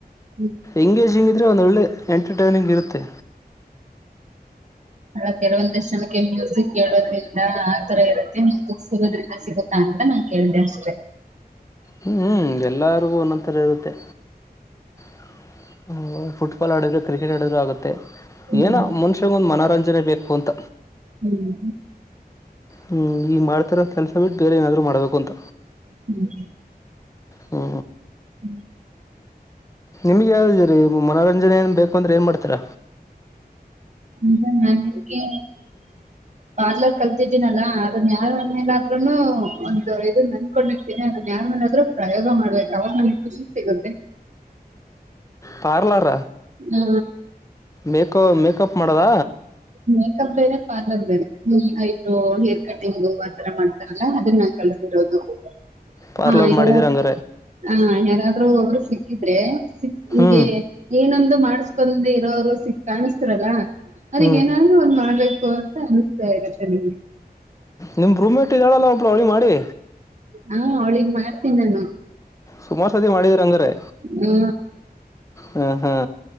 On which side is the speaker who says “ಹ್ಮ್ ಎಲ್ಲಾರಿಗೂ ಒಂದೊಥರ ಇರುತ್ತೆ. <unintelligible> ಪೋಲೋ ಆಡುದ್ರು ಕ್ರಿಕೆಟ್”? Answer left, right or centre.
Left